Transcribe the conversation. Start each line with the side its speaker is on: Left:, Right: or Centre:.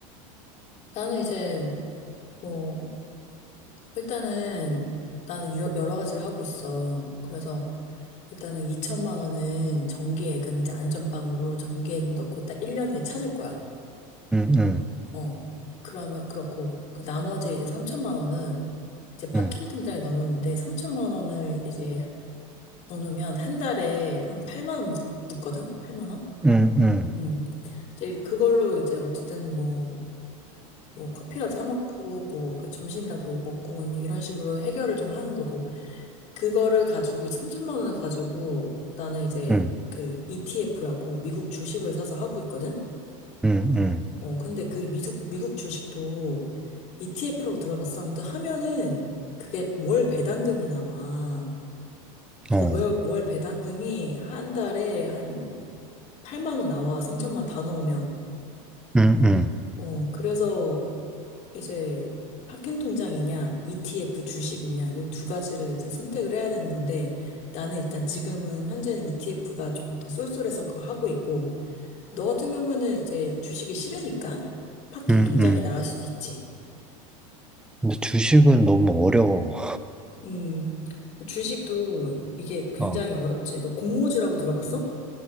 Left: 나는 이제 뭐 일단은 나는 이러- 여러 가지를 하고 있어. 그래서 일단은 2천만 원은 정기예금 이제 안전빵으로 정기예금 넣고 딱 1년 후에 찾을 거야.
Centre: 음, 음,
Left: 어. 그러면 그렇고 그 나머지 이제 3천만 원은 이제 파킹
Centre: 음,
Left: 통장에 넣어놓는데 3천만 원을 이제 넣어놓으면 한 달에 한 8만 원 붙거든? 8만 원?
Centre: 음, 음,
Left: 음, 음. 이제 그걸로 이제 어쨌든 뭐, 뭐 커피라도 사 먹고 뭐 그 점심이라도 먹고 뭐 이런 식으로 해결을 좀 하는 거고 그거를 가지고 3천만 원을 가지고 나는 이제
Centre: 음,
Left: 그 ETF라고 미국 주식을 사서 하고 있거든.
Centre: 음, 음.
Left: 어 근데 그 미국 미국 주식도 ETF라고 들어봤어. 아무튼 하면은 그게 월 배당금이 나와. 그래서
Centre: 어,
Left: 월, 월 배당금이 한 달에 한 8만 원 나와. 3천만 다 넣으면.
Centre: 음, 음,
Left: 어 그래서 이제 파킹 통장이냐, ETF 주식이냐, 요 두 가지를 이제 선택을 해야 되는 건데, 나는 일단 지금은 현재는 ETF가 조금 더 쏠쏠해서 그거 하고 있고, 너 같은 경우에는 이제 주식이 싫으니까 파킹
Centre: 음,
Left: 통장이
Centre: 음.
Left: 나을 수도 있지.
Centre: 근데 주식은 너무 어려워.
Left: 음, 주식도 이게 굉장히
Centre: 어.
Left: 어렵지. 너 공모주라고 들어봤어?